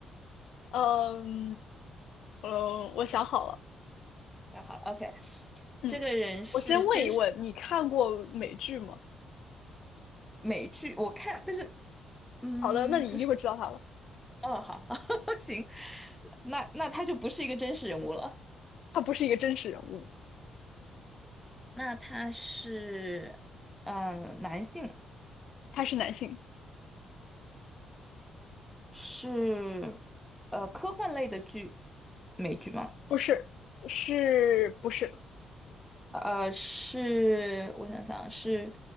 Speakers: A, on the left; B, in the centre.
A: 嗯嗯，我想好了，
B: 太好了，OK，
A: 嗯，
B: 这个人是真是
A: 我先问一问，你看过美剧吗？
B: 美剧，我看，但是嗯，
A: 好的，那你一定会知道他了，
B: 不是，哦，好，<laughs> 行，那那他就不是一个真实人物了，
A: 他不是一个真实人物。
B: 那他是嗯、呃男性，
A: 他是男性，
B: 是呃科幻类的剧，美剧吗？
A: 不是，是不是？
B: 呃，是我想想是，